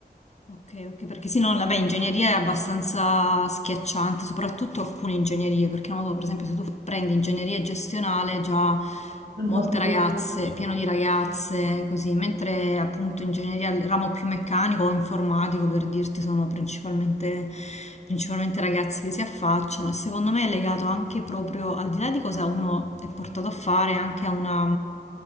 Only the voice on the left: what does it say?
Ok, ok, perché sì, no, vabbè, ingegneria è abbastanza schiacciante, soprattutto alcune ingegnerie, perché non lo so, per esempio, se tu prendi ingegneria gestionale, già
molte
ragazze, pieno di ragazze, così, mentre appunto ingegneria, il ramo più meccanico o informatico, per dirti, sono principalmente, principalmente ragazzi che si affacciano e secondo me è legato anche proprio, al di là di cosa uno è portato a fare, anche a una